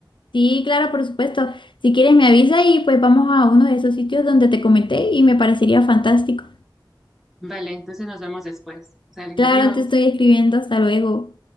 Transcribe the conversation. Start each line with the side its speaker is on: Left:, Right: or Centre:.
Left: Sí, claro, por supuesto. Si quieres me avisa y pues vamos a uno de esos sitios donde te comenté y me parecería fantástico.
Centre: Vale, entonces nos vemos después. Salen,
Left: Claro,
Centre: adiós.
Left: te estoy escribiendo. Hasta luego.